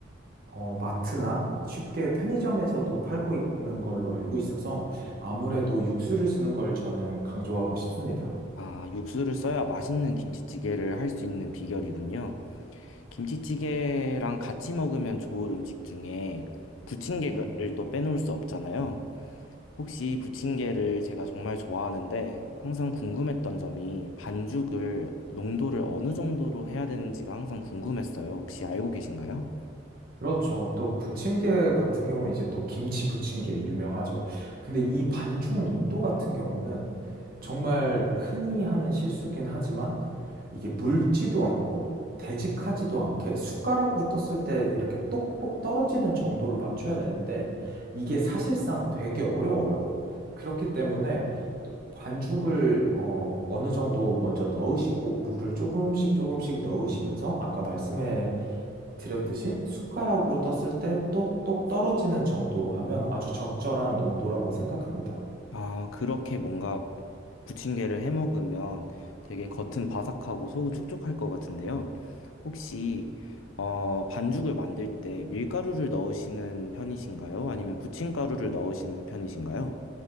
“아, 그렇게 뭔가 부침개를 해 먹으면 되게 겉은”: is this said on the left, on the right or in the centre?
Left